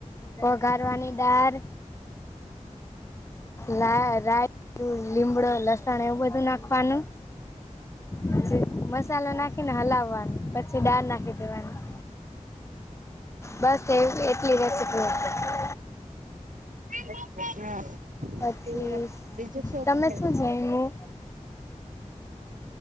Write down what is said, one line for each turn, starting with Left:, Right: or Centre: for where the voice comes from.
Left: વઘારવાની દાળ લા રાય લીમડો લસણ એવું બધું નાખવાનું પછી, મસાલો નાખીને હલાવવાનું, પછી દાળ નાખી દેવાની બસ એવું કે એટલી <unintelligible>
Right: હેપ્પી ન્યુ
Left: પછી
Right: યર બીજું શું
Left: તમે
Right: બોલાય
Left: જમ્યું